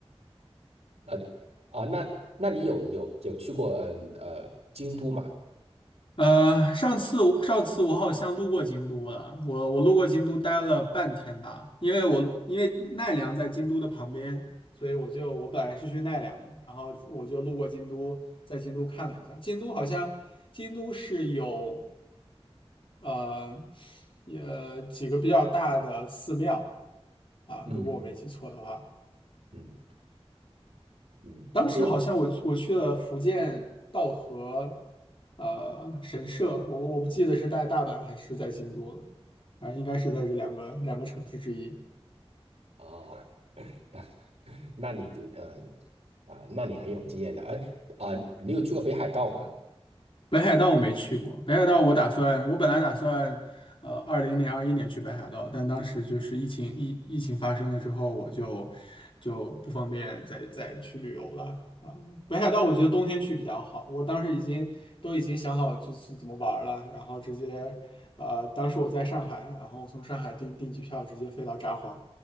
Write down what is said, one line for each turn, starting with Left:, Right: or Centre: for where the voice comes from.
Right: 呃啊，那那你有有有去过嗯呃京都嘛？
Left: 呃，上次我上次我好像路过京都了，我我路过京都待了半天吧，因为我因为奈良在京都的旁边，所以我就我本来是去奈良的，然后我就路过京都，在京都看了一下，京都好像京都是有呃也呃几个比较大的寺庙啊，
Right: 嗯
Left: 如果我没记错的话。
Right: 嗯嗯，
Left: 当时好像我我去了福建道和，
Right: 京都的
Left: 呃，神社，我我不记得是在大阪还是在京都了，反正应该是在这两个两个城市之一。
Right: 哦，<laughs> 那你这呃啊，那你很有经验的，哎啊，你有去过北海道吗？
Left: 北海道我没去过，北海道我打算，我本来打算，呃，二零年、二一年去北海道，但当时就是疫情疫疫情发生了之后，我就就不方便再再去旅游了啊。北海道我觉得冬天去比较好，我当时已经都已经想好就是怎么玩儿了，然后直接，呃，当时我在上海，然后我从上海订订机票直接飞到札幌